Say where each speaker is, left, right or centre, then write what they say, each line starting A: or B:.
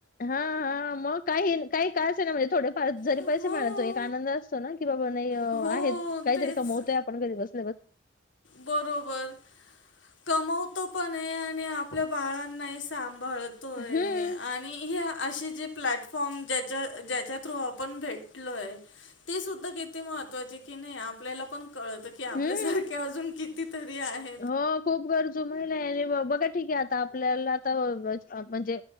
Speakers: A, on the left; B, on the left.
A: हा हा मग काही काही काळच आहे ना म्हणजे थोडेफार जरी
B: हो
A: पैसे मिळातो एक आनंद असतो ना. की बाबा नाही
B: हो
A: आहेत काहीतरी
B: तेच
A: कमवतय आपण घरी बसतो.
B: बरोबर. कमवतो पण आणि आपल्या बाळांना सांभाळत. तोय
A: हम्म
B: आणि हे असे जे प्लॅटफॉर्म ज्याच्या ज्याच्या थ्रू आपण भेटलोय. ते सुद्धा किती महत्वाचे कि नाही आपल्याला पण कळत की आपल्यासारखे
A: हम्म
B: अजून किती? तरी आहे
A: हो खूप गरजू महिला आणि बघा ठीक आहे आता आपल्याला आता म्हणजे